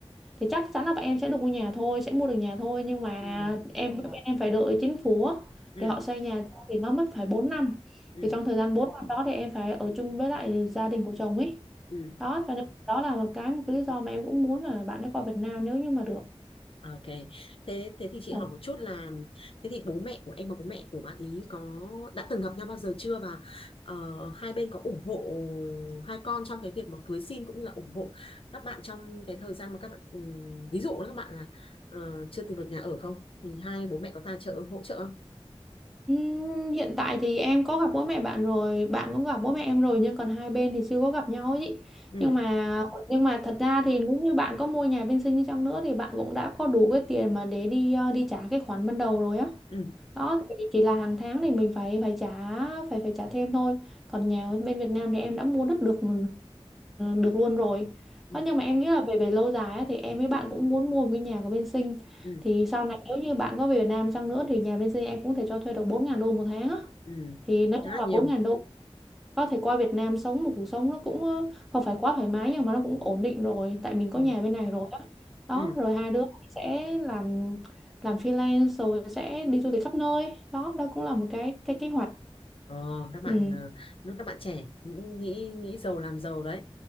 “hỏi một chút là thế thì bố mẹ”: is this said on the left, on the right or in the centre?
Left